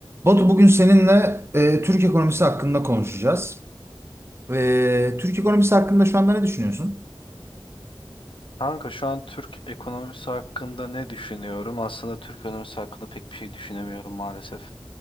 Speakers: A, on the right (about 30°); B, on the left (about 70°).
A: Batu bugün seninle e, Türk ekonomisi hakkında konuşacağız. E, Türk ekonomisi hakkında şu anda ne düşünüyorsun?
B: Kanka şu an Türk ekonomisi hakkında ne düşünüyorum? Aslında Türk ekonomisi hakkında pek bir şey düşünemiyorum maalesef.